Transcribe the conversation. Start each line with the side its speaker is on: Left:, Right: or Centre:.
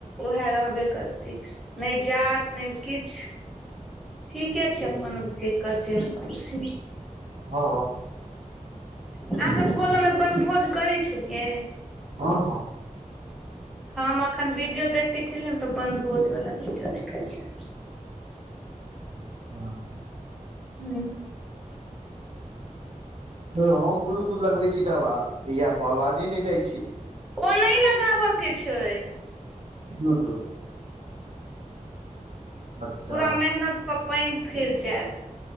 Centre: उएह रहबे करतै। नहि जात नहि किछ ठीके छै
Right: बिल्कुल
Centre: अपन जेकर जैमे खुशी।
Right: हँ।
Centre: अहाँ सभ कलम मे बन भोज करै छलियै?
Right: हँ हँ।
Centre: हम अखन वीडियो देखे छलिये ने तऽ बनभोज वला वीडियो देखलियै।
Right: हँ।
Centre: हूँ।
Right: नय हम ब्लूटूथ लगबै छी तऽ अवा इह अवाजे नहि जाइ छै।
Centre: ओ नहि लगाब के छै।
Right: ब्लुटूथ अच्छा
Centre: पूरा मेहनत पर पानि फिर जायत।